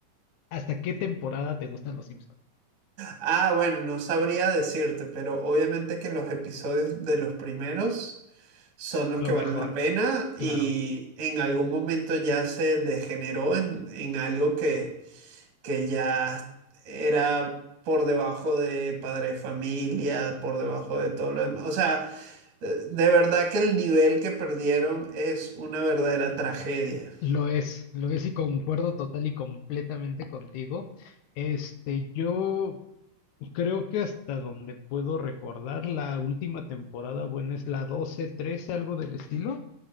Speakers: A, on the left (about 70°); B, on the right (about 65°).
A: ¿hasta qué temporada te gustan los Simpsons?
B: Ah, bueno, no sabría decirte, pero obviamente que los episodios de los primeros son los
A: Lo
B: que valen
A: mejor,
B: la pena y
A: claro.
B: en algún momento ya se degeneró en, en algo que, que ya era por debajo de padre de familia, por debajo de todo lo demás. O sea, eh, de verdad que el nivel que perdieron es una verdadera tragedia.
A: Lo es, lo es y concuerdo total y completamente contigo. Este, yo creo que hasta donde puedo recordar, la última temporada, bueno, es la 12 13, algo del estilo.